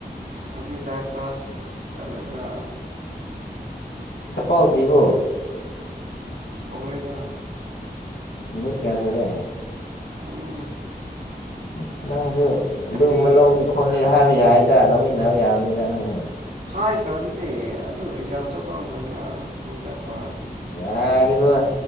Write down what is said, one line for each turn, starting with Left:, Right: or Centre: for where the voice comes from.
Right: ꯀꯕꯤꯇꯥ ꯀ ꯀ꯭ꯂꯥꯁ ꯆꯠꯂꯒ
Left: ꯆꯄ ꯍꯥꯎꯗ꯭ꯔꯤꯕꯣ
Right: ꯍꯧꯂꯤꯦꯗꯥ
Left: ꯅꯨꯃꯤꯠ ꯀꯌꯥ ꯁꯨꯔꯦ
Right: ꯑꯅꯤ
Left: ꯁꯂ ꯑꯗꯨꯃ
Right: ꯁꯟꯗꯦ
Left: ꯂꯧꯅꯤ ꯈꯣ ꯍꯥꯏ ꯑꯩꯈꯣꯏ ꯌꯥꯏꯗ ꯂꯧꯃꯤꯟꯅꯕ ꯌꯥꯕꯅꯤꯗ ꯅꯪꯁꯨ
Right: ꯍꯥꯏ ꯈ꯭ꯔ ꯑꯗꯨꯗꯤ ꯑꯗꯨ ꯑꯦꯛꯖꯥꯝ ꯆꯠꯄ ꯃꯇꯝꯗ ꯀ
Left: ꯌꯥꯅꯤꯔꯤꯕꯣ